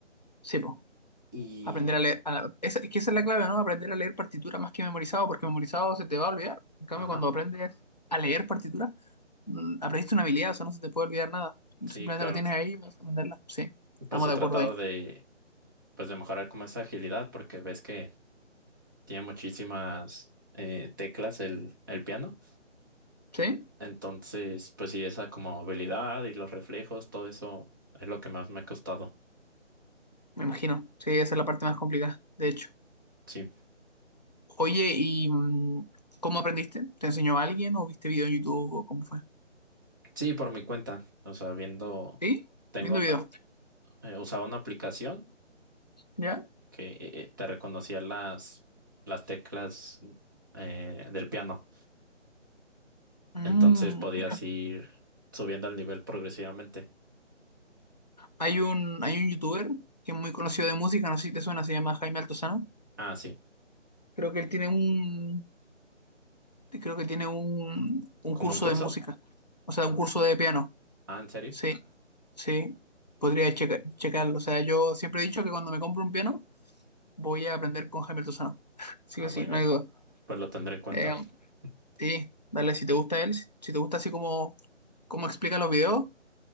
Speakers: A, on the left (about 35°); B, on the right (about 15°).
A: Sí, pues.
B: y,
A: Aprender a leer. a la- esa- es que esa es la clave, ¿no? Aprender a leer partitura más que memorizado, porque memorizado se te va a olvidar. En cambio,
B: ajá,
A: cuando aprendes a leer partitura, mm, aprendiste una habilidad, o sea, no se te puede olvidar nada.
B: sí,
A: Simplemente
B: claro.
A: lo tienes ahí y vas a aprenderla. Sí, estamos
B: Pues he
A: de
B: tratado
A: acuerdo ahí.
B: de, pues de mejorar como esa agilidad porque ves que tiene muchísimas eh, teclas el, el piano.
A: ¿Sí?
B: Entonces, pues sí, esa como habilidad y los reflejos, todo eso es lo que más me ha costado.
A: Me imagino. Sí, esa es la parte más complicada, de hecho.
B: Sí,
A: Oye, ¿y mm, cómo aprendiste? ¿Te enseñó alguien o viste video en YouTube o cómo fue?
B: sí, por mi cuenta. O sea, viendo,
A: ¿Sí?
B: tengo
A: Viendo
B: una,
A: video.
B: eh, usaba una aplicación
A: ¿Ya?
B: que eh, te reconocía las, las teclas eh, del piano.
A: Mm,
B: Entonces podías
A: mira.
B: ir subiendo el nivel progresivamente.
A: Hay un, hay un youtuber que es muy conocido de música, no sé si te suena, se llama Jaime Altozano.
B: Ah, sí,
A: Creo que él tiene un, creo que tiene un, un
B: como
A: curso
B: un curso.
A: de música, o sea,
B: Ah,
A: un curso de piano.
B: ah, ¿en serio?
A: Sí, sí, podría checa- checarlo. O sea, yo siempre he dicho que cuando me compro un piano voy a aprender con Jaime Altozano. <laughs> Sí
B: Ah,
A: o sí,
B: muy
A: no
B: bien.
A: hay duda.
B: Pues lo tendré en cuenta.
A: Eh,
B: <laughs>
A: sí, dale, si te gusta él, si si te gusta así como, como explica los videos,